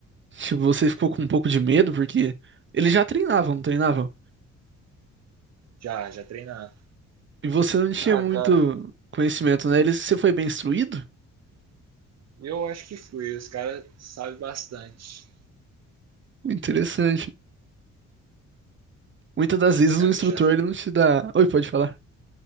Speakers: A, on the right; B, on the right.
A: Tipo, você ficou com um pouco de medo porque eles já treinavam, não treinavam?
B: Já, já treinava.
A: E você não tinha
B: Ah,
A: muito
B: cara,
A: conhecimento, né? Eles, você foi bem instruído?
B: eu acho que fui. Os caras sabem bastante.
A: Interessante. Muitas das
B: É
A: vezes
B: uns caras
A: o instrutor
B: que já.
A: ele não te dá. Oi, pode falar.